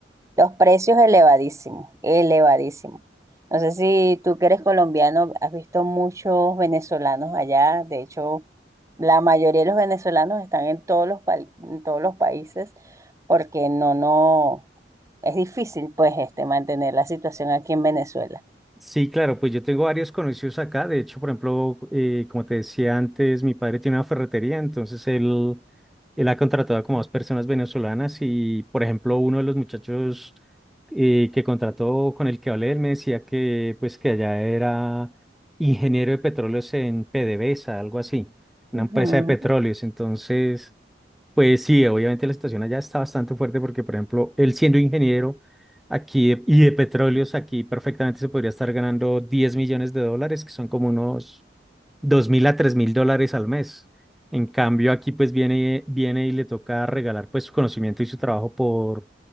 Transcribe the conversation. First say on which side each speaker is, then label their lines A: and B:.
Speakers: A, on the right (about 20°); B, in the centre.
A: Los precios elevadísimos, elevadísimos. No sé si tú que eres colombiano, has visto muchos venezolanos allá. De hecho, la mayoría de los venezolanos están en todos los, pa- en todos los países porque no, no, es difícil pues este mantener la situación aquí en Venezuela.
B: Sí, claro, pues yo tengo varios conocidos acá. De hecho, por ejemplo, eh, como te decía antes, mi padre tiene una ferretería, entonces él, él ha contratado como dos personas venezolanas y, por ejemplo, uno de los muchachos eh, que contrató con el que hablé, él me decía que, pues, que allá era ingeniero de petróleos en PDVSA, algo así, una
A: Ujú.
B: empresa de petróleos. Entonces... Pues sí, obviamente la situación allá está bastante fuerte porque, por ejemplo, él siendo ingeniero aquí de- y de petróleos, aquí perfectamente se podría estar ganando 10 millones de dólares, que son como unos 2 mil a 3 mil dólares al mes. En cambio, aquí pues viene, viene y le toca regalar pues su conocimiento y su trabajo por,